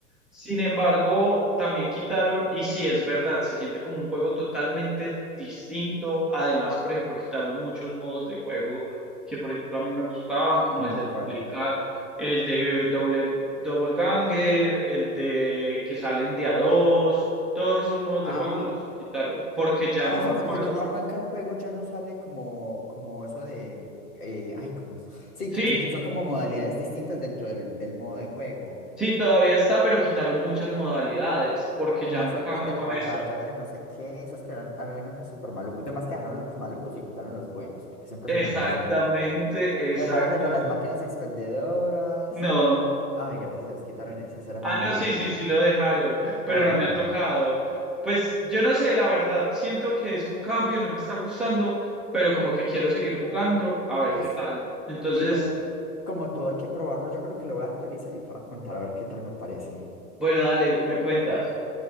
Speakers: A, in the centre; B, on the left.
A: Sin embargo, también quitaron, y sí es verdad, se siente como un juego totalmente distinto. Además, por ejemplo, quitaron muchos modos de juego que, por ejemplo, a mí me gustaban, como
B: ¿Como
A: el de duplicar,
B: cuál?
A: el de doble, double ganger, el de que salen de a dos, todos esos modos
B: Ah,
A: de juego los quitaron porque ya
B: ah,
A: no
B: o sea,
A: van
B: cuando,
A: con...
B: cuando uno arranca el juego ya no sale como, como eso de... eh, ay, ¿cómo es? Sí,
A: Sí,
B: que, que son como modalidades distintas dentro del el modo de juego.
A: Sí, todavía está, pero quitaron muchas modalidades porque
B: Como
A: ya no
B: eso
A: encajan
B: de de
A: con
B: la batalla
A: eso.
B: de no sé qué, esos que eran, había unos súper malucos. Además que dejaron los malucos y quitaron los buenos, porque siempre
A: Exactamente,
B: es lo mismo. Dejaron
A: exactamente.
B: el de las máquinas expendedoras.
A: No.
B: Ay, gracias a Dios quitaron ese, ese era muy
A: Ah,
B: maluco.
A: no, sí, sí, sí lo dejaron, pero
B: Ah,
A: no me ha tocado. Pues yo no sé, la verdad, siento que es un cambio, no me está gustando, pero como que quiero seguir jugando, a ver
B: pues,
A: qué tal. Entonces,
B: sí, igual, como todo hay que probarlo, yo creo que lo voy a actualizar y te voy a contar a ver qué tal me parece.
A: bueno, dale, me cuentas.